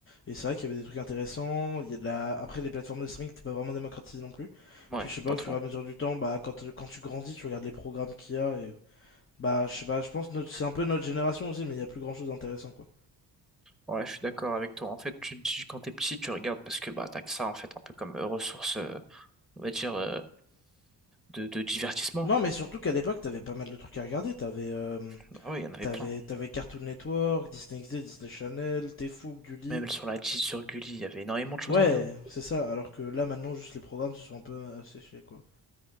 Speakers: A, on the left; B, in the centre.
A: Et c'est vrai qu'il y avait des trucs intéressants. Il y a de la... Après, les plateformes de streaming n'étaient pas vraiment démocratisées non plus.
B: Ouais,
A: Puis je sais pas,
B: pas
A: au
B: trop.
A: fur et à mesure du temps, bah quand, quand tu grandis, tu regardes les programmes qu'il y a et Bah, je sais pas, je pense que c'est un peu notre génération aussi, mais il y a plus grand chose d'intéressant quoi.
B: Ouais, je suis d'accord avec toi. En fait, tu te dis quand t'es petit, tu regardes parce que bah t'as que ça en fait, un peu comme euh, ressource, euh, on va dire, euh, de, de divertissement.
A: Non, mais surtout qu'à l'époque, t'avais pas mal de trucs à regarder. T'avais euh,
B: Bah ouais, il y en avait
A: t'avais,
B: plein.
A: t'avais Cartoon Network, Disney XD, Disney Channel, Tfou, Gulli.
B: Même sur la G, sur Gulli, il y avait énormément de choses
A: Ouais,
B: à regarder.
A: c'est ça. Alors que là, maintenant, juste les programmes se sont un peu asséchés quoi.